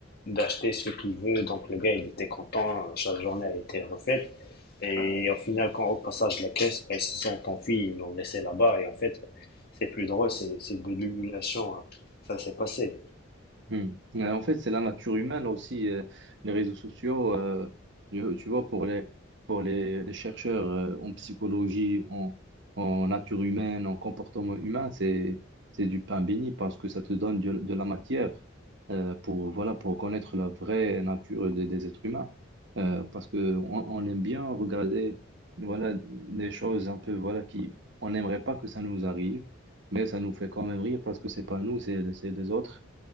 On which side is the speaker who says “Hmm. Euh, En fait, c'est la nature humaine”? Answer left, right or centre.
Right